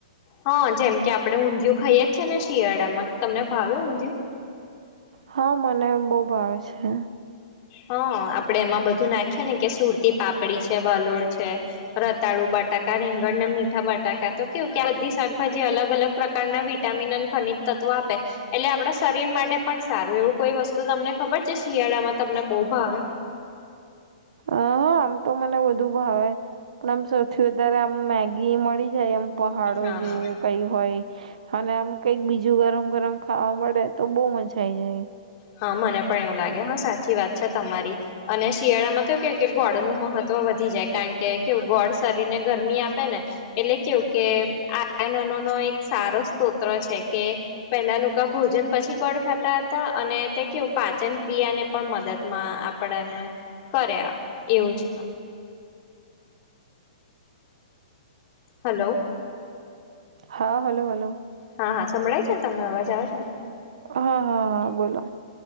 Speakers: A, on the left; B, on the right.
A: હા જેમ કે આપણે ઊંધિયું ખાઈ એ જ છે ને શિયાળામાં તમને ભાવે ઊંધયું?
B: હા મને બઉ ભાવે છે.
A: હા આપડે એમાં બધું નાખીએ ને કે સુરતી પાપડી છે વાલોડ છે. રતાળુ બટાકા રીંગણ ને મીઠા બટાકા તો કેવું કે આ બધી શાકભાજી અલગ અલગ પ્રકારના વિટામિન અને ખનિજ તત્વો આપે એટલે આપણા શરીર માટે પણ સારું એવું કોઈ વસ્તુ તમને ખબર છે શિયાળામાં તમને બહુ ભાવે
B: હ આમ તો મને વધુ ભાવે. પણ આમ સૌથી વધારે આમ મેગી મળી જાય એમ પહાડો
A: હા
B: જેવું કઈ હોય અને આમ કઈક બીજું ગરમ ગરમ ખાવા મળે તો બઉ મજા આઈ જાય
A: હા મને પણ એવું લાગે હા સાચી વાત છે તમારી અને શિયાળામાં તો કેવુ કે ગોળ નું મહત્વ વધી જાય કારણ કે કેવું ગોળ શરીર ને ગરમી આપે ને એટલે કેવું કે આનનો નો એક સારો સ્તોત્ર છે કે પેલા લોકો ભોજન પછી ગોળ ખાતા હતા અને તે કેવું પાચન ક્રિયાને પણ મદદ માં આપણાને કરે એવું છે. હલો
B: હા હલો હલો
A: હા હા સંભળાય છે ને તમને અવાજ આવે છે ને
B: હા હા હા બોલો